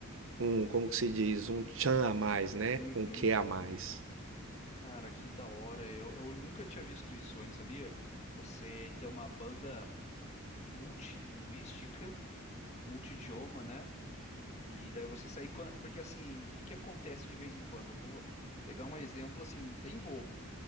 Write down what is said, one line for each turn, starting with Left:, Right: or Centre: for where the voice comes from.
Right: um, como que se diz, um tchan a mais, né?
Left: Uhum.
Right: Um que a mais.
Left: Cara, que da hora. Eu, eu nunca tinha visto isso antes, sabia? Você tem uma banda multilinguística, multidioma, né? E daí você sai quan- Porque assim, o que que acontece de vez em quando? Eu vou pegar um exemplo assim, bem bobo.